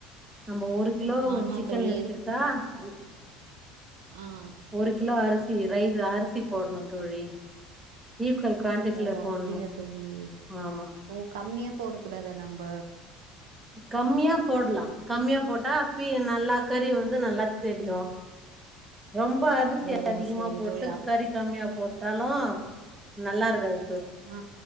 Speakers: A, on the right; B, on the right.
A: நம்ப ஒரு கிலோ
B: ஆமா
A: சிக்கன்
B: தோழி
A: எடுத்துக்கிட்டா ஒ
B: அ
A: ஒரு கிலோ அரிசி ரைஸ் அரிசி போட்ணு தோழி ஈக்குவல் குவான்டிட்டில
B: ஓ
A: போட்ணு
B: அப்டியா தோழி
A: ஆம்மா
B: ஓ கம்மிய போடக்கூடாத நம்ப
A: கம்மியா போட்லா கம்மியா போட்டா அப்பி நல்லா கறி வந்து நல்லா தெரியு ரொம்ப அரிசி
B: ஓ
A: அதிகமா
B: சரி
A: போட்டு
B: தோழி அப்
A: கறி கம்மியா போட் ட்டாலு நல்லாருக்காது
B: ஆ